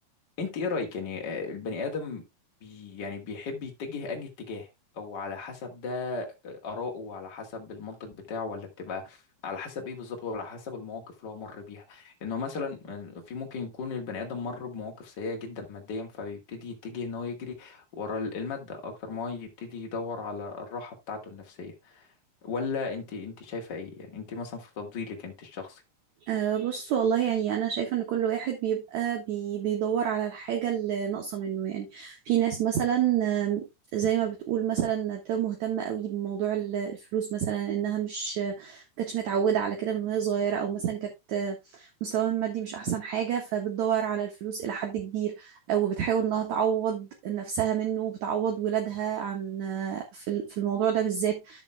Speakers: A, on the left (about 30°); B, on the right (about 60°).
A: انت ايه رأيك يعني آه، البني آدم بي يعني بيحب يتجه انهي اتجاه او على حسب ده آه، آراءه على حسب المنطق بتاعه ولا بتبقى على حسب ايه بالظبط ولا على حسب المواقف اللي هو مر بيها انه مثلا آه، في ممكن يكون البني آدم مر بمواقف سيئة جدا ماديا فبيبتدي يتجه ان هو يجري ورا ال- المادة اكتر ما هو يبتدي يدور على الراحة بتاعته النفسية ولا انت انت شايفة ايه يعني انت مثلا في تفضيلك انت الشخصي
B: أه بص والله يعني أنا شايفة إن كل واحد بيبقى بي بيدور على الحاجة اللي ناقصة منه يعني في ناس مثلا
A: مم.
B: آم، زي ما بتقول مثلا بتبقى مهتمة قوي بموضوع ال- الفلوس مثلا إنها مش ما كانتش متعودة على كده من وهي صغيرة أو مثلا كانت آه، مستواها المادي مش أحسن حاجة فبتدور على الفلوس إلى حد كبير أو بتحاول إنها تعوض نفسها منه وبتعوض ولادها عن آه، في ال- في الموضوع ده بالذات